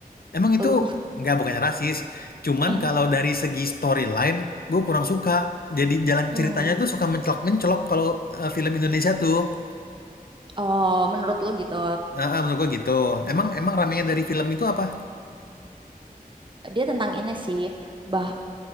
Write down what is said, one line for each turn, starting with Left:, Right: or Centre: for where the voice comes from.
Left: Emang itu
Right: Lu.
Left: nggak bukannya rasis, cuman
Right: <laughs>
Left: kalau dari segi storyline gue kurang suka. Jadi jalan
Right: Hmm.
Left: ceritanya tuh suka mencelok-mencelok kalau eh, film Indonesia tuh.
Right: Oh, menurut lo gitu.
Left: Nah, ah, menurut gue gitu. Emang emang ramenya dari film itu apa?
Right: Dia tentang ini sih, bah